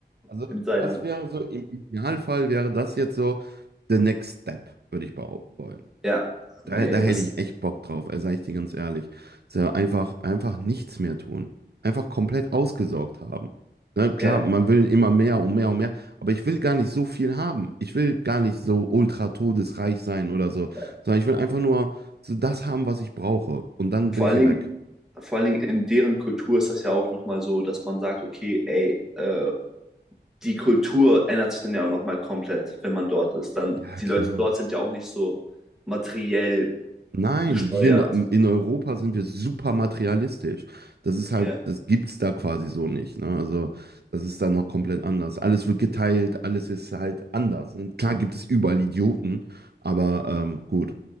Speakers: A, on the right; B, in the centre.
A: Also
B: in Thailand.
A: das wäre so, im Idealfall wäre das jetzt so the next step, würde ich behaupten wollen.
B: Ja, nee,
A: Da, da hätte
B: das,
A: ich echt Bock drauf, also sag ich dir ganz ehrlich. So einfach, einfach nichts mehr tun. Einfach komplett ausgesorgt haben. Na klar,
B: ja,
A: man will immer mehr und mehr und mehr, aber ich will gar nicht so viel haben. Ich will gar nicht so ultra todesreich sein oder so,
B: ja.
A: sondern ich will einfach nur so das haben, was ich brauche. Und dann
B: Vor
A: will ich
B: allen
A: hier
B: Dingen,
A: weg.
B: vor allen Dingen in deren Kultur ist das ja auch nochmal so, dass man sagt, okay, ey, äh, die Kultur ändert sich dann ja auch nochmal komplett, wenn man dort ist. Dann,
A: Ja,
B: die
A: klar.
B: Leute dort sind ja auch nicht so materiell
A: Nein,
B: gesteuert.
A: hier in, in Europa sind wir super materialistisch. Das ist halt,
B: Ja.
A: das gibt's da quasi so nicht, ne? Also, das ist dann noch komplett anders. Alles wird geteilt, alles ist halt anders. Und klar gibt es überall Idioten, aber ähm, gut.